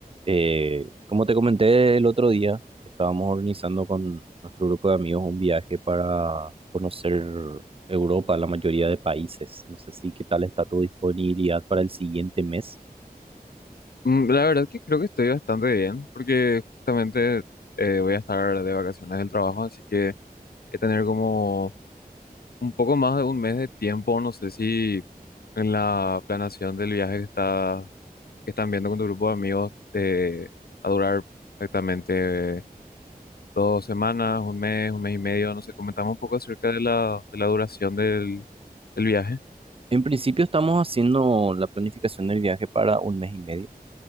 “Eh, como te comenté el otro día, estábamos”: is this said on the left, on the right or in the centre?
Right